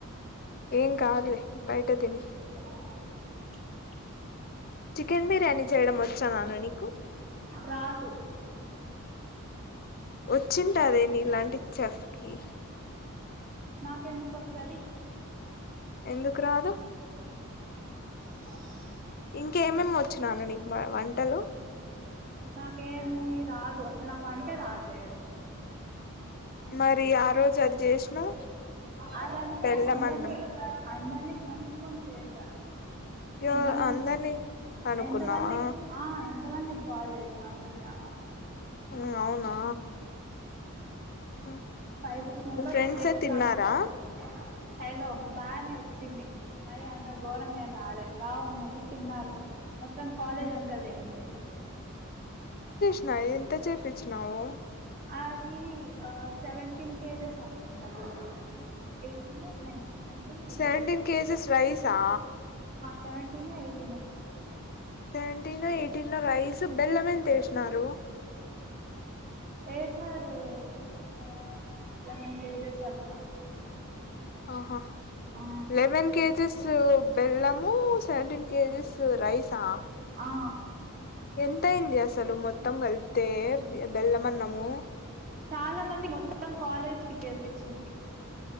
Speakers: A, on the left (about 45°); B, on the right (about 40°).
A: ఏం కాదులే బయట తిను
B: <inaudible>
A: చికెన్ బిర్యానీ చేయడం వచ్చా నాన్న నీకు
B: రాదు
A: వచ్చి ఉంటదే నీలాంటి చెఫ్ కి
B: నాకెందుకు వాస్తది
A: ఎందుకు రాదు
B: <inaudible>
A: ఇంకేమేం వచ్చు నాన్న నీకు మా వంటలు
B: నాకే ఏమి రాదు నాకు వంటే రాదూ చేయటం
A: మరి ఆ రోజు అది చేసినవ్
B: అదంటే
A: బెల్లం
B: అందనీ
A: అన్నం
B: అందరినీ కనుక్కొని చేసా.
A: యో
B: ఎంత మంది
A: అందరినీ కనుక్కున్నావా
B: ఎంత మంది ఆ. ఎంత మందికాల్ చేసిన అనుకుంటన్నావ్.
A: హూ అవునా. మ్మ్
B: ఫైవ్ సిక్స్ మెంబర్స్
A: మీ ఫ్రెండ్సే
B: చేపిస్తా
A: తిన్నారా
B: కానుకునన్న. హలో బానే వచ్చింది, మరి అంత ఘోరంగాఏం రాలే బాగుందని తిన్నారు. మొత్తం కాలేజ్
A: ఉహు.
B: అంతా తినింది.
A: ఫ్రై ఎంత చేయిచ్చినావు.
B: అది ఆ సెవెంటీన్ కేజెస్ అనుకుంటంది. Eighteen nine. Seventeen eighteen
A: seventeen kgs రైసా.
B: Seventeen eighteen.
A: Seventeen eighteen rice బెల్లం ఎంత వేసినారు.
B: ఏ సారు ఒక లెవెన్ కేజెస్ అట్లా.
A: ఆహా,
B: ఆ
A: లెవెన్ కేజీస్. స్ బెల్లము సెవెంటంటీన్ కేజీస్ రైసా.
B: ఆ
A: ఎంత అయింది అసలు మొత్తం కలిపితే బెల్లం అన్నము.
B: చాలా మంది మొత్తం కాలేజ్ కి చేర్పించింది.